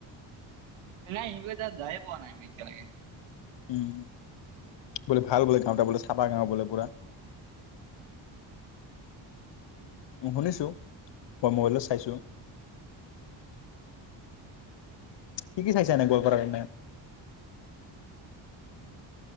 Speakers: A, on the right; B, on the left.
A: নাই ইব ত যায় পোৱা নাই আমি এতিয়ালকে।
B: উম বোলে ভাল বোলে গাঁওটা বোলে চাফা গাঁও বোলে পুৰা। উম শুনিছো, মই মোবাইলত চাইছো। কি- কি চাইছে এনে গোৱালপাৰাৰ কাৰণে।